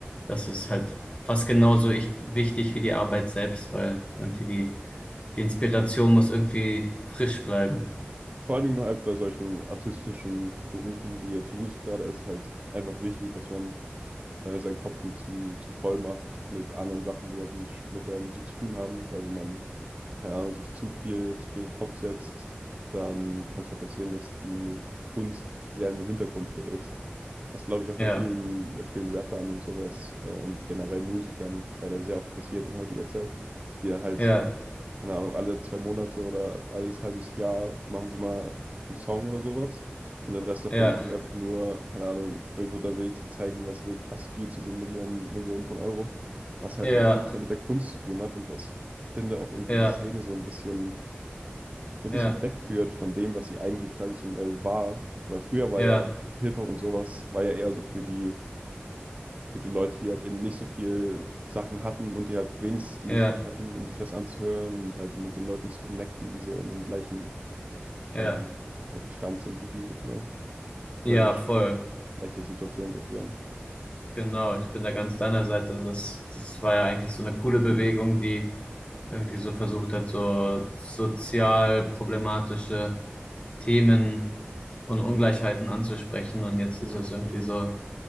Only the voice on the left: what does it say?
das ist halt fast genauso ich, wichtig wie die Arbeit selbst, weil irgendwie die, die Inspiration muss irgendwie frisch bleiben.
Ja,
ja,
ja,
ja,
ja,
ja,
ja,
ja,
ja,
ja,
voll.
Genau, ich bin da ganz deiner Seite. Also Das, das war ja eigentlich so eine coole Bewegung, die irgendwie so versucht hat, so sozial problematische Themen und Ungleichheiten anzusprechen. Und jetzt
ist es irgendwie so